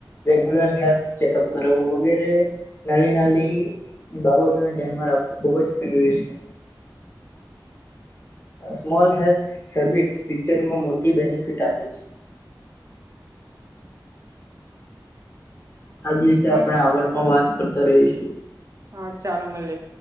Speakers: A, on the left; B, on the right.
A: રેગ્યુલર હેલ્થ ચેકઅપ કરાવું વગેરે નાની નાલી બાબતોને ધ્યાનમાં રાખવું ખૂબ જ જરૂરી છે. સ્મોલ હેલ્થ હેબિટ્સ ફીચરમાં મોટી બેનિફિટ આપે છે. આજ રીતે
B: હા
A: આપણે આગળ પણ વાત કરતા રહીશ.
B: હા ચાલો મલીએ.